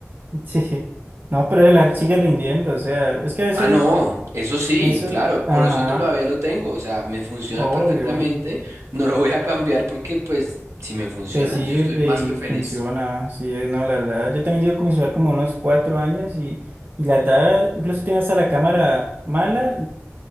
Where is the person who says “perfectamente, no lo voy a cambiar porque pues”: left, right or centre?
Right